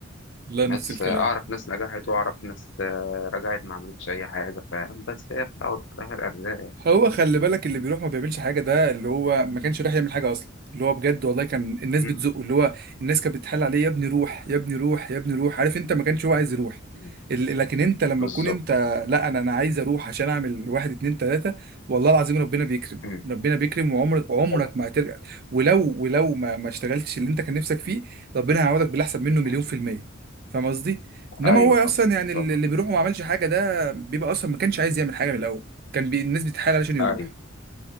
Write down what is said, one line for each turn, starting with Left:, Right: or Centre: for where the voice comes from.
Right: لا
Left: ناس
Right: نفس الكلام
Left: آه، أعرف ناس نجحت وأعرف ناس آه، رجعت ما عملتش أي حاجة فاهم بس هي في الأول وفي الآخر أرزاق
Right: هو خلي بالك اللي بيروح ما بيعملش حاجه ده اللي هو ما كانش رايح يعمل حاجه اصلا اللي هو بجد والله كان الناس
Left: مم،
Right: بتزقه اللي هو الناس كانت بتحل عليه يا ابني روح يا ابني روح يا ابني روح عارف انت ما كانش هو عايز يروح
Left: مم،
Right: ال- لكن انت لما
Left: بالظبط
Right: تكون انت لا انا انا عايز اروح عشان اعمل واحد اتنين تلاته والله العظيم ربنا بيكرم
Left: مم،
Right: ربنا بيكرم وعمرك عمرك
Left: طبعا
Right: ما هترجع ولو ولو ما ما اشتغلتش اللي انت كان نفسك فيه ربنا هيعوضك بالاحسن منه مليون
Left: مم،
Right: في الميه فاهم قصدي؟ انما
Left: أيوه
Right: هو اصلا
Left: طبعا
Right: يعني اللي
Left: طبعا
Right: اللي بيروح وما عملش حاجه ده بيبقى اصلا ما كانش عايز يعمل حاجه من الاول كان بي... الناس بتتحايل علشان يروح
Left: أيوه